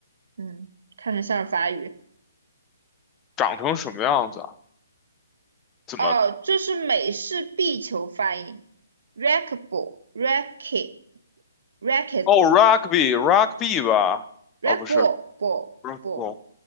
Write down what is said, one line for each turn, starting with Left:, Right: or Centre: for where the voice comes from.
Right: 嗯，看着像是法语。
Left: 长成什么样子啊？怎么？
Right: 哦，这是美式壁球发音，racquetball racket racquetball
Left: 哦，rugby，rugby 吧？
Right: racquetball
Left: 哦，不是 b
Right: ball
Left: r e a k
Right: ball
Left: a b l